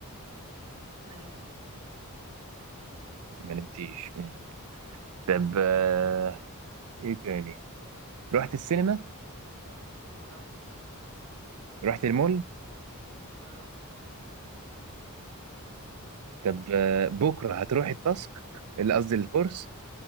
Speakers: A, on the right (about 65°); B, on the right (about 80°).
A: ما نمتش
B: ما نمتيش مم. طب أه... ايه تاني؟ رحت السينما؟
A: ما روحتش
B: رحت المول؟
A: ما روحتش
B: طب أه... بكرة هتروحي التاسك؟ اللي قصدي الكورس؟